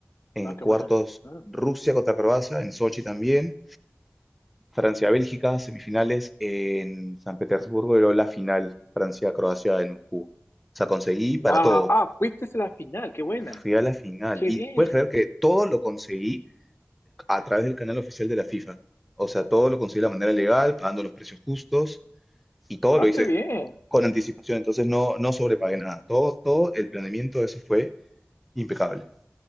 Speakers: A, in the centre; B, on the left (about 55°).
A: En
B: ah,
A: cuartos,
B: qué buena. Ah.
A: Rusia contra Croacia, en Sochi también. Francia-Bélgica, semifinales en San Petersburgo y luego la final, Francia-Croacia en Moscú. O sea, conseguí para
B: Wow,
A: todo.
B: ah, fuiste a la final, qué buena.
A: Fui a la final.
B: Qué
A: Y
B: bien.
A: puedes creer que todo lo conseguí a través del canal oficial de la FIFA. O sea, todo lo conseguí de la manera legal, pagando los precios justos y todo
B: Ah,
A: lo hice
B: qué bien.
A: con anticipación. Entonces no, no sobrepagué nada. Todo, todo el planeamiento de eso fue impecable.